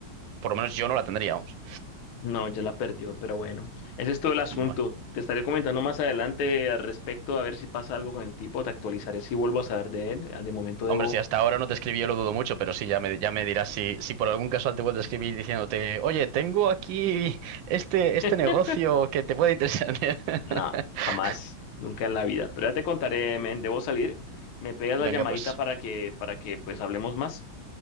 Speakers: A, on the right; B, on the left.
A: Por lo menos yo no la tendría, vamos.
B: No, ya la perdió, pero bueno, ese es todo el asunto.
A: Bueno.
B: Te estaré comentando más adelante al respecto, a ver si pasa algo con el tipo, te actualizaré si vuelvo a saber de él. Ah, De momento debo...
A: Hombre, si hasta ahora no te escribí, yo lo dudo mucho, pero sí, ya me, ya me dirás si, si por algún casual te vuelvo a escribir diciéndote, oye, tengo aquí este, este
B: <laughs>
A: negocio que te puede interesar. <laughs>
B: No, jamás, nunca en la vida. Pero ya te contaré, men, debo salir. Me pegas
A: Venga,
B: la llamadita
A: pues,
B: para que, para que pues hablemos más.